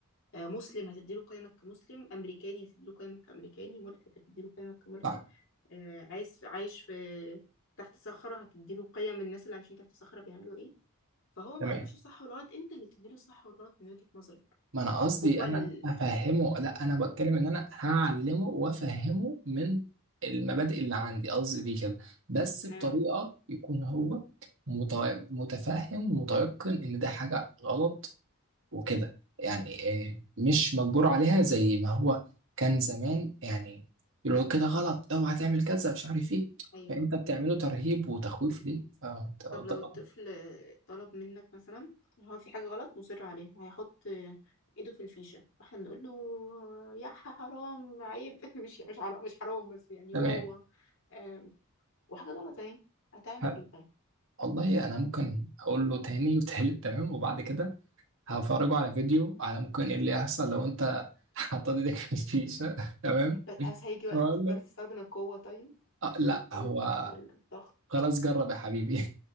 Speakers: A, on the left (about 60°); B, on the right (about 60°).
A: آه مسلم هتديله قيمك كمسلم امريكاني هتديله قيمك كامريكاني ملحد هتديله قيمك كملحد
B: صح
A: آه عايز عايش في تحت صخرة هتديله قيم الناس اللي عايشين تحت صخرة بيعملوا ايه فهو ما
B: تمام
A: عندوش الصح والغلط انت اللي بتديله الصح والغلط من وجهة نظرك
B: ما انا قصدي
A: هو
B: انا
A: ال...
B: افهمه لا انا بتكلم ان انا هعلمه وافهمه من المبادئ اللي عندي قصدي دي كده بس بطريقه
A: آه.
B: يكون هو مت- متفهم ومتيقن ان ده حاجه غلط وكده يعني آه، مش مجبور عليها زي ما هو كان زمان يعني يقولوا كده غلط اوعى تعمل كذا مش عارف ايه
A: ايوه
B: فانت بتعمله ترهيب وتخويف ليه فانت طبعا
A: طب لو الطفل طلب منك مثلا إن هو في حاجة غلط مصر عليها هيحط ايده في الفيشة فاحنا بنقول له يا ح- حرام عيب <laughs> مش مش حرام مش حرام بس يعني
B: تمام
A: واوا آم، وحاجة غلط اهي هتعمل
B: هل-
A: ايه طيب
B: والله انا ممكن اقول له تاني <laughs> وتالت تمام وبعد كده هفرجه على فيديو على ممكن ايه اللي هيحصل لو انت <laughs> حطيت ايدك في الفيشه تمام
A: بس بس هيجي وقت
B: واقول
A: تضطر
B: له
A: تستخدم القوة طيب
B: آه لا
A: او
B: هو
A: أو الضغط
B: خلاص جرب يا حبيبي